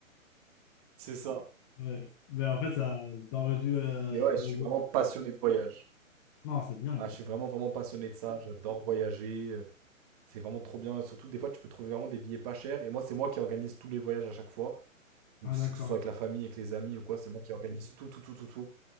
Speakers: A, on the right; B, on the left.
A: C'est ça.
B: Ouais. Mais en fait, ça, ça aurait dû. euh,
A: Mais ouais,
B: ça
A: je
B: aurait
A: suis
B: dû-
A: vraiment passionné de voyage.
B: Non, c'est bien.
A: Ah,
B: c'est-
A: je suis vraiment, vraiment passionné de ça. J'adore voyager. euh, C'est vraiment trop bien. Surtout, des fois, tu peux trouver vraiment des billets pas chers. Et moi, c'est moi qui organise tous les voyages à chaque fois. Donc,
B: Ah,
A: c'est
B: d'accord.
A: que ce soit avec la famille, avec les amis ou quoi, c'est moi qui organise tout, tout, tout, tout, tout.